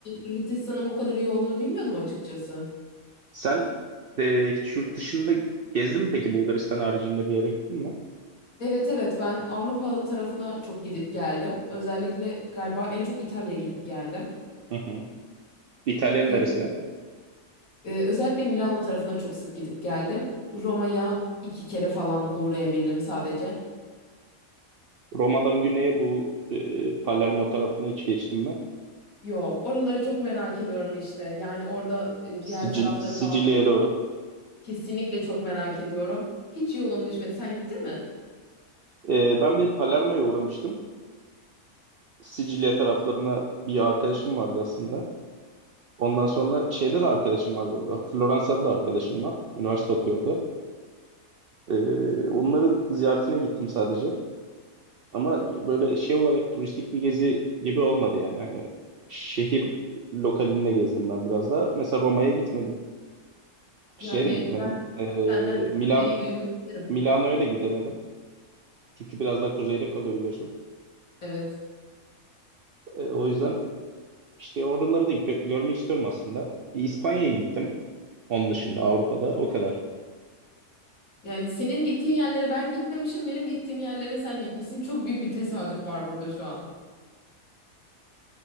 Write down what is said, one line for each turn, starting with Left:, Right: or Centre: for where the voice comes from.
Left: Hırvatistan'ın bu kadar iyi olduğunu bilmiyordum açıkçası.
Right: Sen ee, hiç yurt dışında gezdin mi peki Bulgaristan haricinde bir yere gittin mi?
Left: Evet evet ben Avrupa tarafına çok gidip geldim. Özellikle galiba en çok İtalya'ya gidip geldim.
Right: Hı hı. İtalya'nın
Left: Tabii
Right: neresine?
Left: e, özellikle Milano tarafına çok sık gidip geldim. Roma'ya iki kere falan uğrayabildim sadece.
Right: Roma'dan güneye bu e, Palermo tarafına hiç geçtim mi?
Left: Yok, oraları çok merak ediyorum işte. Yani orada e,
Right: Sicil
Left: diğer tarafları
Right: Sicilya'ya
Left: falan
Right: doğru.
Left: kesinlikle çok merak ediyorum. Hiç yolum düşmedi. Sen gittin mi?
Right: E, ben bir Palermo'ya uğramıştım. Sicilya taraflarına bir arkadaşım vardı aslında. Ondan sonra şeyde de arkadaşım var burada. Floransa'da da arkadaşım var. Üniversite okuyordu. E, onların ziyaretine gittim sadece. Ama böyle şey olarak turistik bir gezi gibi olmadı yani. Hani şehir lokalinde gezdim ben biraz da. Mesela Roma'ya gitmedim. Şeye
Left: Yani
Right: de gitmedim.
Left: ben
Right: Ee,
Left: senden
Right: Milan
Left: Sicilya'yı duymak isterim.
Right: Milano'ya da gidemedim. Çünkü biraz daha kuzeyde kalıyor biliyorsun.
Left: Evet.
Right: Ee, o yüzden işte oraları da gö- görmek istiyorum aslında. Bir İspanya'ya gittim. Onun dışında Avrupa'da o kadar.
Left: Yani senin gittiğin yerlere ben gitmemişim, benim gittiğim yerlere sen gitmişsin. Çok büyük bir tesadüf var burada şu an.